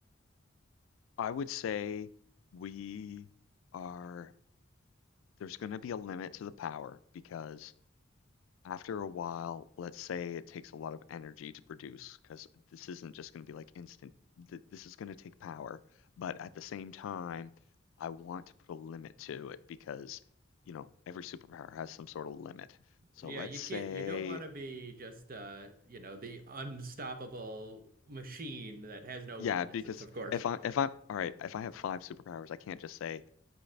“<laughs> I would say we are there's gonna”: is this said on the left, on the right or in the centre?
Left